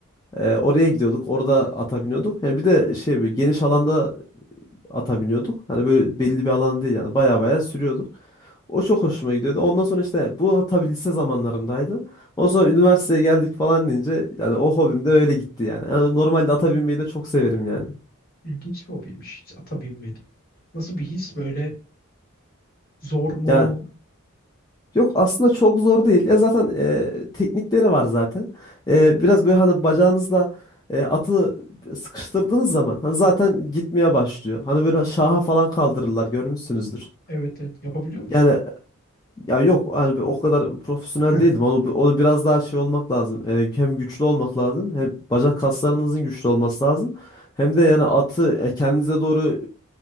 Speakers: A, on the left (about 20°); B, on the left (about 45°).
A: E, oraya gidiyorduk. Orada ata biniyorduk. Ya bir de şey böyle geniş alanda ata biniyorduk. Hani böyle belli bir alan değil yani. Baya baya sürüyorduk. O çok hoşuma gidiyordu. Ondan sonra işte bu tabii lise zamanlarımdaydı. Ondan sonra üniversiteye geldik falan deyince yani o hobim de öyle gitti yani. Yani normalde ata binmeyi de çok severim yani.
B: İlginç bir hobiymiş. Hiç ata binmedim. Nasıl bir his böyle zor mu?
A: Ya yok aslında çok zor değil. Ya zaten e, teknikleri var zaten. E, biraz böyle hani bacağınızla e, atı sıkıştırdığınız zaman hani zaten gitmeye başlıyor. Hani böyle şaha falan kaldırırlar görmüşsünüzdür.
B: Evet evet yapabiliyor musun?
A: Yani Ya yok hani bir o kadar profesyonel
B: <laughs>
A: değildim. Onu, onu biraz daha şey olmak lazım. Ee, hem güçlü olmak lazım. Hem bacak kaslarınızın güçlü olması lazım. Hem de yani atı e, kendinize doğru